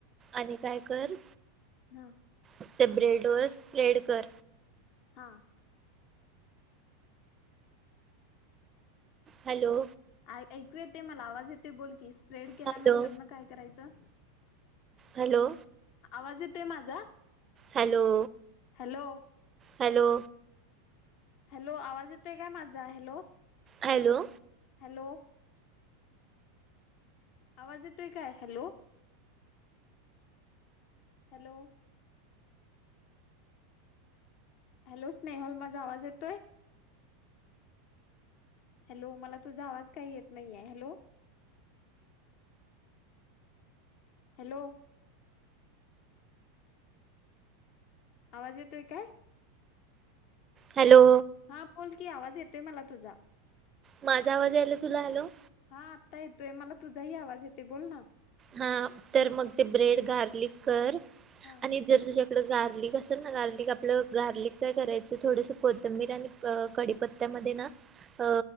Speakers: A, on the right (about 25°); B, on the left (about 55°).
A: आणि काय कर?
B: हा.
A: त्या ब्रेड वर स्प्रेड कर.
B: हा.
A: हॅलो!
B: ऐकू येते, मला आवाज येतोयं बोल की. स्प्रेड केल्या
A: हॅलो
B: नंतर न काय करायचं?
A: हॅलो!
B: आवाज येतोय माझा?
A: Hello
B: hello!
A: हॅलो!
B: हॅलो! आवाज येतोय काय, माझा हॅलो!
A: हॅलो!
B: हॅलो! आवाज येतोय काय, हॅलो! हॅलो! हॅलो! स्नेहल माझा आवाज येतोय? हॅलो! मला तुझा आवाज काही येत नाहीये, हॅलो! हॅलो! आवाज येतोय काय?
A: हॅलो
B: हा बोल की, आवाज येत तोय मला तुझा.
A: माझा आवाज यायला तुला, हॅलो!
B: हा आत्ता येतोय, मला तुझाही आवाज येतोय बोल ना?
A: हा तर मग ते ब्रेड गार्लिक कर.
B: हा
A: आणि <unintelligible> गार्लिक असेल ना गार्लिक आपलं गार्लिक काय करायचं, थोडस कोथंबीर आणि कडीपत्त्या मध्ये ना अ